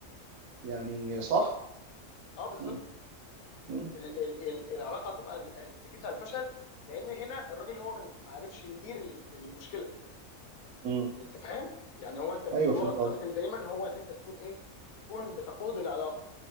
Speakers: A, on the right; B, on the left.
A: يعني صح؟
B: بالظبط اه بالظبط
A: مم. مم.
B: ال ال ال العلاقه هتبقى ال- نتيجتها الفشل لان هنا الراجل هو من- ما عرفش يدير ال- المشكله
A: مم.
B: انت فاهم يعني هو انت من
A: ايوه
B: دورك
A: فهمت
B: كراجل
A: قصدك
B: دايما هو ان انت تكون ايه تكون بتقود العلاقه